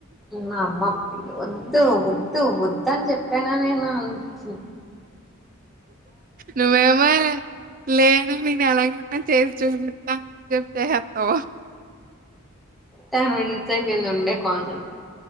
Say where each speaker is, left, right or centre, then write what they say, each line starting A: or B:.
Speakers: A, in the centre; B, on the right (about 40°).
A: ఇమ్మ అమ్మమ్ వద్దు వద్ వద్దు వద్దు అని చెప్పానా నేను అన్ చు
B: నువ్వేమో లేదు నేను ఎలాగ చేసి చూడన్ చెప్పుతే హెతావో
A: టెన్ మినిట్స్ అయిపోయింది ఉండే కాల్ చేద్దాను